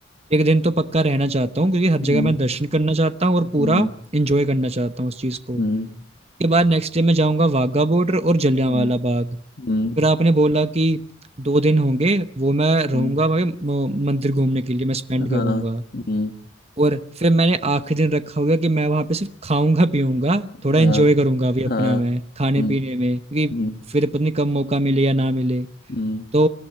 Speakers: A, on the right (about 30°); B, on the left (about 50°).
A: एक दिन तो पक्का रहना चाहता हूँ क्योंकि हर जगह
B: हम्म
A: मैं दर्शन करना चाहता हूँ और
B: हम्म
A: पूरा इंजॉय करना चाहता हूँ उस चीज़ को
B: हम्म
A: उसके बाद नेक्स्ट डे मैं जाऊँगा वाघा बॉर्डर और जलियांवाला
B: हम्म,
A: बाग
B: हम्म।
A: फिर आपने बोला कि दो दिन होंगे वो मैं रहूंगा
B: हम्म,
A: भाई म- मंदिर घूमने के लिए मैं स्पेंड
B: हाँ
A: करूंगा
B: हम्म,
A: और फिर मैंने आखिरी दिन रखा हुआ कि मैं वहां पे सिर्फ खाऊंगा पीऊंगा थोड़ा
B: हाँ
A: एंजॉय करूंगा अभी अपना
B: हाँ
A: मैं खाने
B: हम्म,
A: पीने में क्योंकि
B: हम्म,
A: फिर पता नहीं कब मौका मिले या ना मिले
B: हम्म,
A: तो